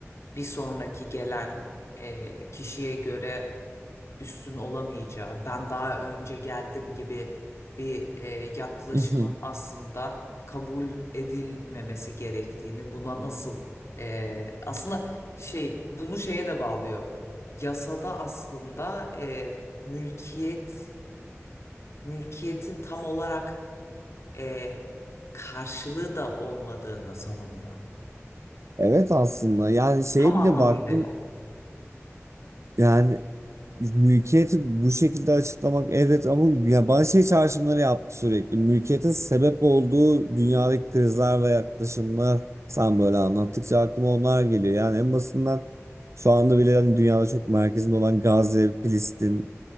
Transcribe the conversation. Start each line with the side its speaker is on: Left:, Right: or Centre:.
Left: bir sonraki gelen e, kişiye göre üstün olamayacağı, ben daha önce geldim gibi bir e, yaklaşımın
Right: mhm.
Left: aslında kabul edilmemesi gerektiğini, buna nasıl e, aslında şey bunu şeye de bağlıyor. Yasada aslında e, mülkiyet mülkiyetin tam olarak e, karşılığı da olmadığını savunuyor.
Right: Evet aslında yani şeye
Left: Tam anlamıyla
Right: bile baktım
Left: yok.
Right: Yani mülkiyeti bu şekilde açıklamak evet ama ya bana şey çağrışımları yaptı sürekli. Mülkiyetin sebep olduğu dünyadaki krizler ve yaklaşımlar sen böyle anlattıkça aklıma onlar geliyor. Yani en basından şu anda bile hani dünyada çok merkezinde olan Gazze, Filistin